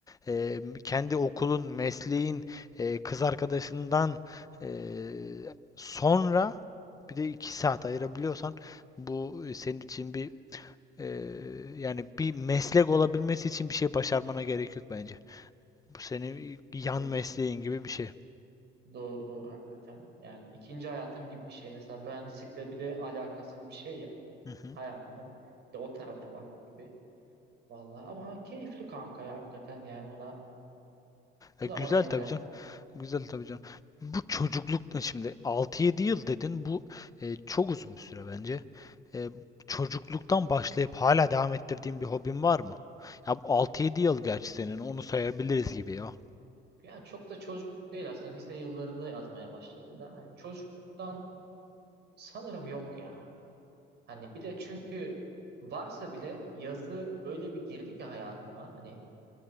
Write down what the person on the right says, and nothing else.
Doğru.
Doğru doğru hakikaten. Yani ikinci hayatım gibi bir şey. Mesela mühendislikle bir de alakasız bir şey ya.
Hayatımın bir de o tarafı var gibi. Vallahi ama keyifli kanka ya hakikaten yani ona
zaman
ayıracağım.
Hı
hı.
Yani çok da çocukluk değil aslında. Lise yıllarında yazmaya başladım da hani çocukluktan sanırım yok ya. Hani bir de çünkü varsa bile yazı öyle bir girdi ki hayatıma. Hani